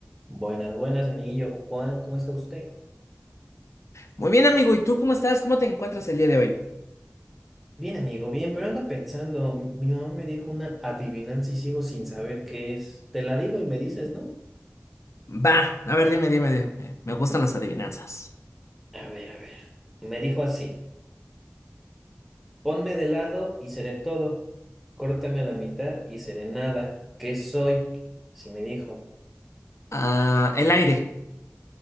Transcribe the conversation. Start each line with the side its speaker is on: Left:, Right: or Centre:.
Centre: Buenas, buenas, amiguillo Juan, ¿cómo está usted?
Left: Muy bien, amigo. ¿Y tú cómo estás? ¿Cómo te encuentras el día de hoy?
Centre: Bien, amigo, bien, pero ando pensando, m- mi mamá me dijo una adivinanza y sigo sin saber qué es. Te la digo y me dices, ¿no?
Left: Va, a ver, dime, dime, dime. Eh, Me gustan las adivinanzas.
Centre: A ver, a ver. Me dijo así, ponme de lado y seré todo, córtame la mitad y seré nada, ¿qué soy? Así me dijo.
Left: Ah, el aire.